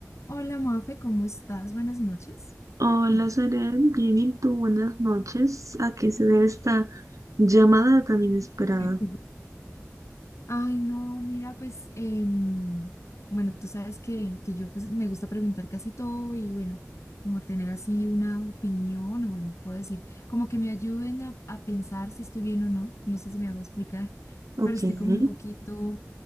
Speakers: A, on the left (about 60°); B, on the right (about 80°).
A: Hola Mafe, ¿cómo estás? Buenas noches.
B: Hola,
A: <laughs>
B: Serén, bien y tú, buenas noches. ¿A qué se debe esta llamada tan inesperada?
A: Ujú. Ay, no, mira, pues, em, bueno, tú sabes que, que yo pues me gusta preguntar casi todo y bueno, como tener así una opinión o bueno, puedo decir, como que me ayuden a, a pensar si estoy bien o no, no sé si me hago explicar,
B: Ok,
A: pero estoy
B: sí,
A: como un poquito,